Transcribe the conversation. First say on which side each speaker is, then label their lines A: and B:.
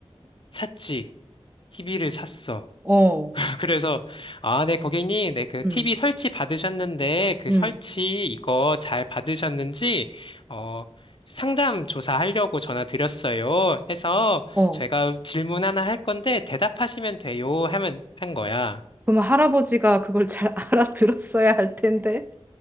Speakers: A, on the left; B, on the right.
A: 샀지. TV를 샀어.
B: 어.
A: 아, 그래서, 아, 네, 고객님, 네, 그
B: 응.
A: TV 설치 받으셨는데, 그
B: 응.
A: 설치 이거 잘 받으셨는지, 어, 상담 조사하려고 전화 드렸어요. 해서,
B: 어.
A: 제가 질문 하나 할 건데, 대답하시면 돼요. 하면, 한 거야.
B: 그럼 할아버지가 그걸 잘 <laughs> 알아들었어야 할 텐데.